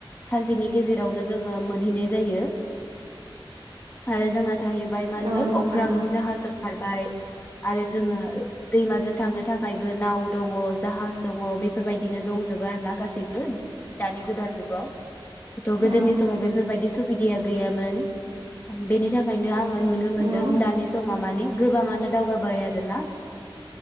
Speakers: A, on the left (about 20°); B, on the right (about 70°).
A: सानसेनि गेजेरावनो जोङो मोनहैनाय जायो आरो जों थाहैबाय मा
B: औ
A: होनगोन
B: नोंथां
A: अख्रांनि जाहास खारबाय आरो जोङो दैमाजों थांनो थाख नाव दङ जाहाज दङ बेफोरबायदिनो दंजोबो आरो ना गासैबो दानि गोदान जुगाव थ' गोदोनि
B: ओं
A: समाव बेफोरबायदि सुबिदाया गैयामोन बेनि थाखायनो आं आङो नुनो मोनदों
B: औ
A: दानि समा मानि गोबाङानो दावगाबाय आरोना